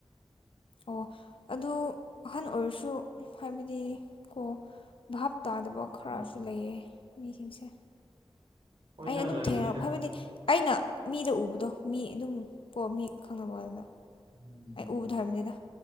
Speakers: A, on the left; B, on the right.
A: ꯑꯣ ꯑꯗꯨ ꯑꯍꯟ ꯑꯣꯏꯔꯁꯨ ꯍꯥꯏꯕꯗꯤ ꯀꯣ ꯚꯥꯍꯥꯞ ꯇꯥꯗꯕ ꯈꯔꯁꯨ
B: ꯎꯝ
A: ꯂꯩꯌꯦ ꯃꯤꯁꯤꯡꯁꯦ
B: ꯍꯣꯏꯗ
A: ꯑꯩ ꯑꯗꯨꯝ
B: ꯂꯩꯒꯅꯤꯗ
A: ꯊꯦꯡꯅꯔꯞ ꯍꯥꯏꯕꯗꯤ ꯑꯩꯅ ꯃꯤꯗ ꯎꯕꯗꯣ ꯃꯤ ꯑꯗꯨꯝ ꯀꯣ ꯃꯤ ꯈꯪꯅꯕꯋꯟꯅꯦꯗ
B: ꯎꯝ
A: ꯑꯩ ꯎꯕꯗꯣ ꯍꯥꯏꯕꯅꯦꯗꯥ